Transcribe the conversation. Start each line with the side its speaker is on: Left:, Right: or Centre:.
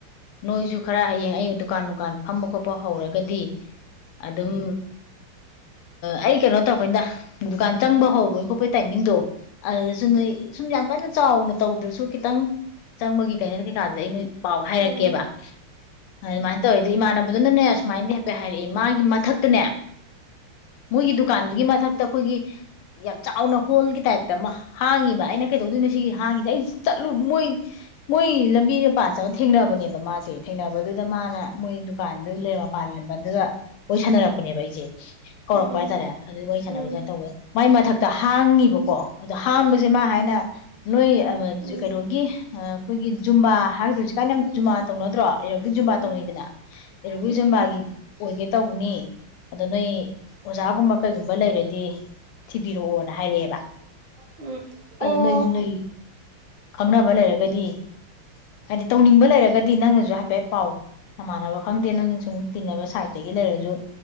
Left: ꯅꯣꯏꯁꯨ ꯈꯔ ꯍꯌꯦꯡ ꯑꯩ ꯗꯨꯀꯥꯟ ꯅꯨꯡꯀꯥꯟ ꯐꯝꯕ ꯈꯣꯠꯄ ꯍꯧꯔꯒꯗꯤ ꯑꯗꯨꯝ ꯑꯩ ꯀꯩꯅꯣ ꯇꯧꯔꯛꯀꯅꯤꯗ ꯗꯨꯀꯥꯟ ꯆꯪꯕ ꯍꯧꯕꯒꯤ ꯈꯣꯠꯄꯒꯤ ꯇꯥꯏꯃꯤꯡꯗꯣ ꯑꯗꯨꯁꯨ ꯅꯣꯏ ꯁꯨꯝ ꯌꯥꯝ ꯀꯟꯅ ꯆꯥꯎꯅ ꯇꯧꯗ꯭ꯔꯁꯨ ꯈꯤꯇꯪ ꯆꯪꯕꯒꯤ ꯀꯩꯅꯣ ꯀꯩꯀꯥꯗꯨꯗꯤ ꯑꯩ ꯅꯣꯏ ꯄꯥꯎ ꯍꯥꯏꯔꯛꯀꯦꯕ
Right: ꯎꯝ
Left: ꯑꯗꯨꯃꯥꯏꯅ ꯇꯧꯋꯦꯗꯤ ꯏꯃꯥꯟꯅꯕꯗꯣ ꯅꯟꯅ ꯃꯥꯏꯟꯗꯤ ꯀꯩ ꯍꯥꯏꯔꯛꯏꯦ ꯃꯥꯒꯤ ꯃꯊꯛꯇꯅꯦ ꯃꯣꯏꯒꯤ ꯗꯨꯀꯥꯟꯗꯨꯒꯤ ꯃꯊꯛꯇ ꯑꯩꯈꯣꯏꯒꯤ ꯌꯥꯝ ꯆꯥꯎꯅ ꯍꯣꯜꯒꯤ ꯇꯥꯏꯞ ꯍꯥꯡꯉꯤꯕ ꯑꯩꯅ ꯀꯩꯗꯧꯗꯣꯏꯅꯣ ꯁꯤꯒꯤ ꯍꯥꯡꯉꯤꯁꯦ ꯑꯩ ꯆꯠꯂꯨ ꯃꯣꯏ ꯃꯣꯏ ꯂꯝꯕꯤꯗ ꯄꯥꯟ ꯐꯖꯕ ꯊꯦꯡꯅꯕꯅꯦꯕ ꯃꯥꯁꯦ ꯊꯦꯡꯅꯕꯗꯨꯗ ꯃꯥꯅ ꯃꯣꯏ ꯗꯨꯀꯥꯟꯗꯨ ꯂꯩꯔ ꯄꯥꯜꯂꯕ ꯑꯗꯨꯒ ꯋꯥꯔꯤ ꯁꯥꯟꯅꯔꯛꯄꯅꯦꯕ ꯑꯩꯁꯦ ꯀꯧꯔꯛꯄ
Right: ꯎꯝ
Left: ꯍꯥꯏꯇꯥꯔꯦ ꯑꯗꯨ ꯋꯥꯔꯤ ꯁꯥꯟꯅꯕꯗꯨꯅ
Right: ꯎꯝ ꯎꯝ
Left: ꯇꯧꯕꯋ ꯃꯥꯏ ꯃꯊꯛꯇ ꯍꯥꯡꯉꯤꯕꯀꯣ ꯑꯗꯣ ꯍꯥꯡꯕꯁꯦ
Right: ꯎꯝ
Left: ꯃꯥ ꯍꯥꯏꯅ ꯅꯣꯏ
Right: ꯎꯝ
Left: ꯀꯩꯅꯣꯒꯤ ꯑꯩꯈꯣꯏꯒꯤ ꯖꯨꯝꯕꯥ ꯍꯥꯏꯗꯣꯏ ꯍꯧꯖꯤꯛꯀꯥꯟ ꯌꯥꯝ
Right: ꯎꯝ
Left: ꯖꯃꯥ ꯇꯧꯅꯗ꯭ꯔꯣ ꯏꯔꯧꯕꯕꯤ ꯌꯖꯨꯝꯕꯥ
Right: ꯎꯝ
Left: ꯇꯧꯅꯩꯗꯅ ꯏꯔꯧꯕꯤ
Right: ꯎꯝ
Left: ꯌꯖꯨꯝꯕꯥꯒꯤ ꯑꯣꯏꯒꯦ ꯇꯧꯕꯅꯤ ꯑꯗ ꯅꯣꯏ ꯑꯣꯖꯥꯒꯨꯝꯕ ꯀꯩꯒꯨꯝꯕ ꯂꯩꯔꯗꯤ ꯊꯤꯕꯤꯔꯛꯑꯣꯅ ꯍꯥꯏꯔꯛꯑꯦꯕ
Right: ꯎꯝ ꯑꯣ
Left: ꯑ ꯅꯣꯏ ꯅ ꯈꯪꯅꯕ ꯂꯩꯔꯒꯗꯤ ꯍꯥꯏꯗꯤ ꯇꯧꯅꯤꯡꯕ ꯂꯩꯔꯒꯗꯤ ꯅꯪꯅꯁꯨ ꯍꯥꯏꯐꯦꯠ ꯄꯥꯎ ꯅꯃꯥꯟꯅꯕ ꯈꯪꯗꯦ ꯅꯪ ꯁꯨꯝ ꯇꯤꯟꯅꯕ ꯁꯥꯏꯠꯇꯒꯤ ꯂꯩꯔꯁꯨ